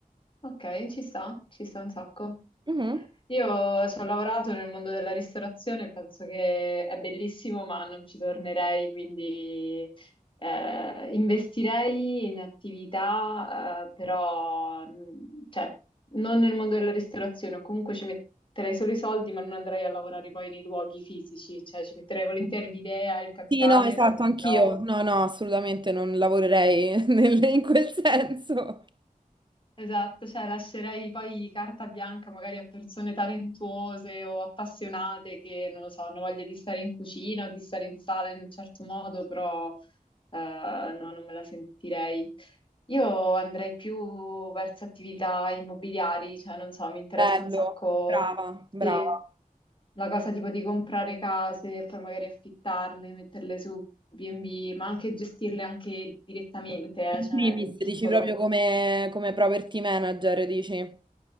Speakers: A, on the left; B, on the right.
A: Ok, ci sta, ci sta un sacco.
B: Mhm.
A: Io ci ho lavorato nel mondo della ristorazione e penso che è bellissimo, ma non ci tornerei, quindi eh, investirei in attività, eh, però mh, cioè, non nel mondo della ristorazione, o comunque ci metterei solo i soldi, ma non andrei a lavorare poi nei luoghi fisici, cioè ci metterei volentieri l'idea, il capitale,
B: Sì, no, esatto, anch'io.
A: però
B: No, no, assolutamente non lavorerei <laughs> nel- in quel senso.
A: Esatto, cioè lascerei poi carta bianca magari a persone talentuose o appassionate che, non lo so, hanno voglia di stare in cucina o di stare in sala in un certo modo, però eh, no, non me la sentirei. Io andrei più verso attività immobiliari, cioè non so, mi interessa
B: Bello,
A: un sacco
B: brava, brava.
A: sì, la cosa tipo di comprare case e poi magari affittarle, metterle su B&B, ma anche gestirle anche direttamente,
B: In
A: eh, cioè
B: primis,
A: in piccolo.
B: dici proprio come, come property manager, dici?